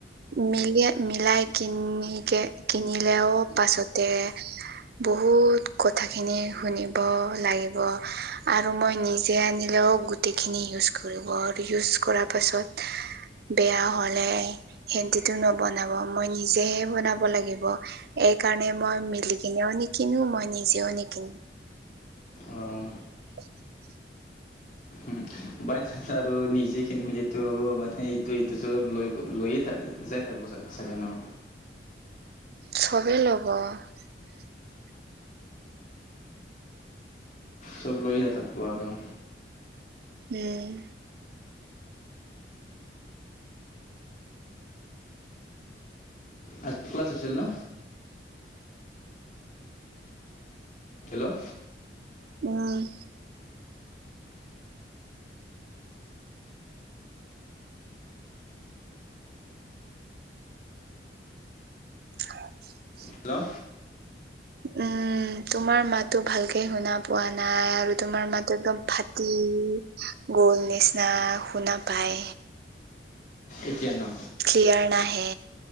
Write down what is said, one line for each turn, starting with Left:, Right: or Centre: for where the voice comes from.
Right: মিলে মিলাই কিনে কিনিলেও পাছতে। বহুত কথাখিনি শুনিব লাগিব আৰু মই নিজে আনি ও গোটেইখিনি ইউজ কৰিব আৰু ইউজ কৰাৰ পাছত বেয়া হ'লে, সেতেটো নবনাব, মই নিজেহে বনাব লাগিব। এইকাৰণে মই মিলিকিনেও নিকিনো মই নিজেও নিকিনো।
Left: অহ।
Right: <inaudible>
Left: উম। বাইচ আৰু নিজে কিনিলো মানে ইটো ইটো চব লৈ লৈয়ে থাক যায়। থাকিব চাগে ন?
Right: চবেই ল'ব। <inaudible>
Left: চব লৈ থাকিব আৰু।
Right: উম।
Left: আজি ক্লাছ হৈছিল ন? হেল্লো'
Right: উম। হয়।
Left: হেল্লো'
Right: উম, তোমাৰ মাতটো ভালকে শুনা পোৱা নাই, আৰু তোমাৰ মাতটো একদম ফাটি টি গ'ল নিচিনা শুনা পায়।
Left: এতিয়া নো
Right: ক্লিয়াৰ নাহে।